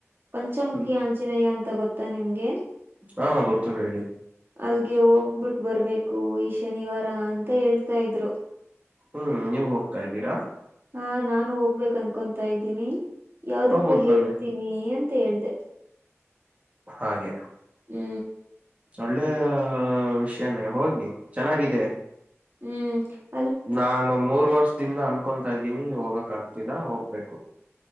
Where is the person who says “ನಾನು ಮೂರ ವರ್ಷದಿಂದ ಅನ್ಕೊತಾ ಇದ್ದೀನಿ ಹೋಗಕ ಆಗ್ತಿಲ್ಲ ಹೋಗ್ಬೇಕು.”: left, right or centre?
Right